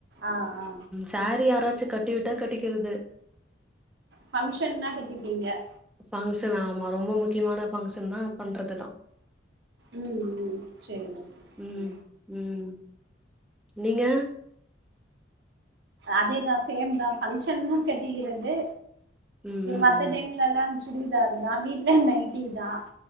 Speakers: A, on the right (about 60°); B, in the centre.
A: ஆ ஆ
B: சேரி யாராச்சு கட்டிவிட்டா கட்டிக்கிறது
A: ஃபங்ஷன்னா கட்டிப்பீங்க
B: ஃபங்ஷன் ஆமா ரொம்ப முக்கியமான ஃபங்ஷன்னா பண்றது தா
A: ம் ம் சேரி ஓகே ஓகே
B: ம் ம் நீங்க
A: அதேதா சேம்தா ஃபங்க்ஷன்னா கட்டிகிறது
B: ம்
A: இ
B: ம்
A: மத்த
B: ம்
A: டைம்லலா சுடிதார்தா வீட்ல நைட்டிதா